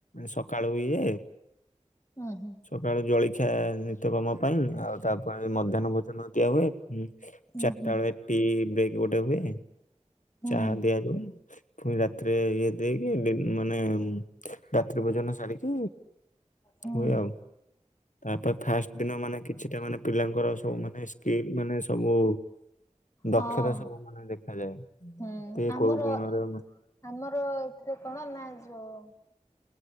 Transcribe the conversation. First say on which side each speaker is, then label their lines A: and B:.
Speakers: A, on the left; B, on the left.
A: ସକାଳୁ ଇଏ
B: ଉଁ ହୁଁ
A: ସକାଳୁ ଜଳଖିଆ ନିତ୍ୟକମ ପାଇଁ ଆଉ ତାପରେ ଧାନ ଭୋଜନ ଦିଆ ହୁଏ
B: ଉଁ
A: ଚାରିଟା
B: ହୁଁ
A: ବେଳେ ଟି ବ୍ରେକ୍ ଗୋଟେ ହୁଏ।
B: ହୁଁ
A: ଚାହା ଦିଆଯାଉ ପୁଣି ରାତିରେ ଇଏ ଦେଇକି ମାନେ ରାତ୍ରି ଭୋଜନ ସାରିକି
B: ହୁଁ
A: ହୁଏ ଆଉ। ତାପରେ ଫାଷ୍ଟ ଦିନ ମାନେ କିଛିଟା ମାନେ ପିଲାଙ୍କର ମାନେ ସ୍କିଲ ମାନେ ସବୁ
B: ହଁ।
A: ଦକ୍ଷତା ସବୁ ମାନେ ଦେଖାଯାଏ।
B: ହୁଁ
A: କିଏ
B: ଆମର
A: କୋଉ ଗୁଣରେ
B: ଆମର ଏଥିରେ କଣ ନା ଯୋଉ